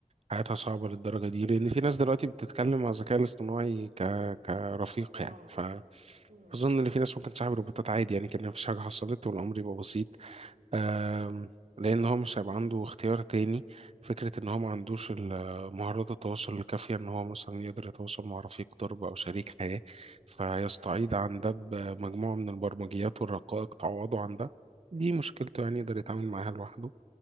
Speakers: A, on the right; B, on the right.
A: حياتها صعبة للدرجة دي لأن في ناس دلوقتي بتتكلم مع الذكاء الاصطناعي ك... كرفيق
B: اه
A: يعني ف
B: امم
A: أظن إن في ناس ممكن تصاحب روبوتات عادي يعني كأن مفيش حاجة حصلت والأمر يبقى بسيط آم، لأن هو مش هيبقى عنده اختيار تاني فكرة إن هو ما عندوش ال- مهارات التواصل الكافية إن هو مثلا يقدر يتواصل مع رفيق درب أو شريك حياة فيستعيض
B: اه
A: عن ده بمجموعة من البرمجيات والرقائق تعوضه عن ده دي مشكلته يعني يقدر يتعامل معاها لوحده